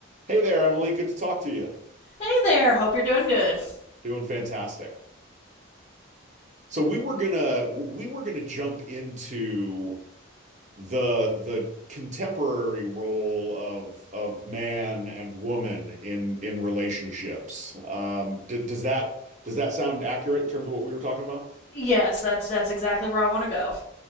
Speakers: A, on the right; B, on the left.
A: Hey there, Emily. Good to talk to you.
B: Hey there, hope you're doing good.
A: Doing fantastic. So we were gonna we were gonna jump into the the contemporary role of of man and woman in in relationships. Um, d does that does that sound accurate in terms of what we were talking about?
B: Yes, that's that's exactly where I want to go.